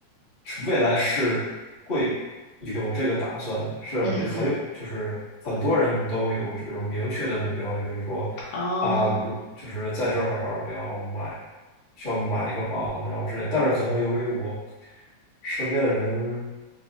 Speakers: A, on the left; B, on the left.
A: 是未来是会有这个打算的，是很有，
B: 嗯嗯，
A: 就是很多人都有这种明确的目标，就是说，
B: 哦，
A: 啊，如就是在这会儿我要买。需要买一个房，然后之类的但是可能由于我身边的人